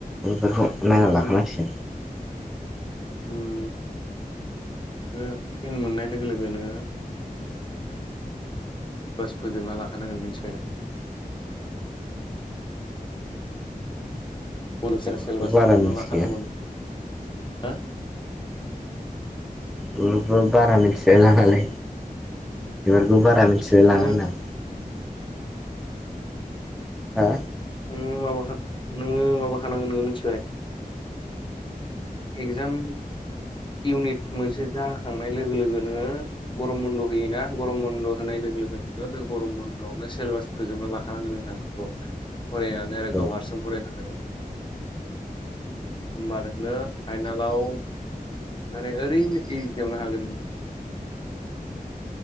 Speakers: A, in the centre; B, on the left (about 30°).
A: बेफोरखौ
B: नोङो
A: नायना लाखानांसिगोन।
B: उम। नों टेन मोननाय लोगो लोगोनो बास फोजोबना लाखानांगोन मिथिबाय नों। <unintelligible>
A: बेफोरखौथ'
B: सेलेबासखौ
A: बारा
B: फोजोबना
A: मिथिखाया
B: मा खालामनांगौ हा।
A: बेफोरखौ बारा मिथिलाय लाङालै बेफोरखौ बारा आं मिथिलाय
B: नोङो
A: लाङा होनदों। हा?
B: नोङो माबाखाना नोङो माबाखानांगोन नोङो मिथिबाय। एक्जाम इउनिट मोनसे जाखांनाय लोगो लोगोनो गरम बन्द' होयोना गरम बन्द' होनाय लोगो लोगो लोगो नोङो बे गरम बन्द'आवनो सिलेबास फोजोबना लाखानांगोन होनदों आं नोंखौ। फरायनानै आरो
A: औ
B: गाव हारसिं फरायना। होनबा नोङो फाइनालाव माने ओरैनो एजिआवनो हागोन।